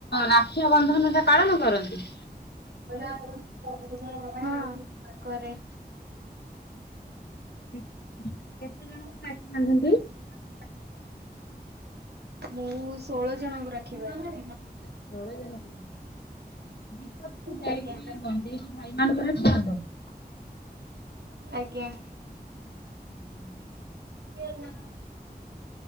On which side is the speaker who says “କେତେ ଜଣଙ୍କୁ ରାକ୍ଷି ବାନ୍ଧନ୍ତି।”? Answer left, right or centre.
Left